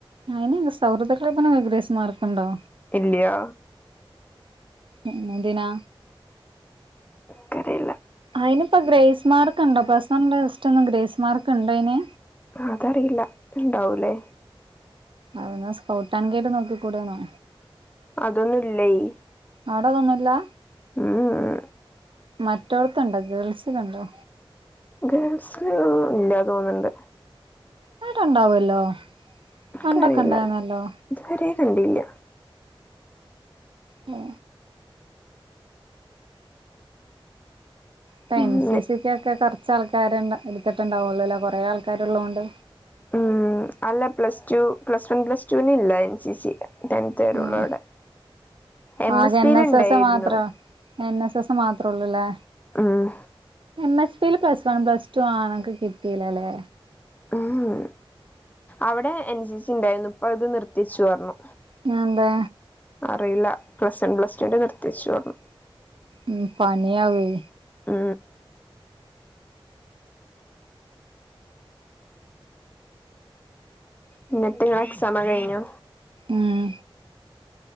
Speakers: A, on the right; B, on the left.
A: അയ്ന് നെ സൗഹൃദക്ലബ്നൊക ഗ്രേസ് മാർക്കുണ്ടോ
B: ഇല്ല്യാ
A: പിന്നെന്തിനാ
B: ക്കറീല
A: അയ്ന്പ്പ ഗ്രേസ്മാർക്ക്ണ്ടോ പ്ലസ് വൺ പ്ലസ് ടു ന്നും ഗ്രേസ് മാർക്ക് ണ്ടയ്ന്
B: അതറിയില്ല ണ്ടാവൂലേ
A: അതാ സ്കൗട്ട് ആൻ ഗേട് നോക്കിക്കൂടെനോ
B: അതൊന്നു ല്ലയ്
A: അവിടെ അത്‌ ഒന്നുമില്ലാ
B: ഏ ഏ
A: മറ്റോട്ത്ത് ണ്ടോ ഗേൾസില്ണ്ടോ
B: ഗേൾസില് ഇല്ലാ തോന്ന്ണ്ട്
A: അവിടെ ഇണ്ടാവുവല്ലോ
B: എനിക്കറിയില്ല
A: പണ്ടൊക്കെ ഉൺണ്ടായിനല്ലോ
B: ഇതുവരെ കണ്ടില്ല
A: മ് പ്പ
B: ഉം
A: എൻ സി സി കൊക്കെ കർ ർച്ചാൾക്കാരെ ണ്ട എട്ത്തിട്ട്ണ്ടാവുള്ളൂലേ കൊറേ ആൾക്കാര്ള്ളോണ്ട്
B: ഉം അല്ല plus two plus one plus ടൂനി ഇല്ല എൻ സി സി ടെൻത്ത് വരെയുള്ളവിടെ
A: ഉം
B: എം
A: ആകെ
B: പിൽ
A: എൻ എസ്
B: ഉണ്ടായിരുന്നു
A: എസ് മാത്രൊ എൻ എസ് എസ് മാത്രോ ള്ളുലേ
B: ഉം
A: എം എച് പ്പീല് പ്ലസ് വൺ പ്ലസ് ടു ആണൊക്ക കിട്ടീലലേ
B: ഏ ഏ അവ്ടെ എൻ സി സി ണ്ടായിര്ന്നു പ്പൊ അത് നിർത്തി വെച്ചുപറഞ്ഞു
A: അത്‌ എന്താ
B: അറിയില്ല പ്ലസ് വൺ പ്ലസ് ടു ന്റെ നിർത്തി വെച്ചു പറഞ്ഞു
A: ഉം പണി ആവുഏ
B: ആ ഇങ്ങട്ട് ഇങ്ങളെ എക്സാമ് കയ്ഞൊ
A: മ്മ്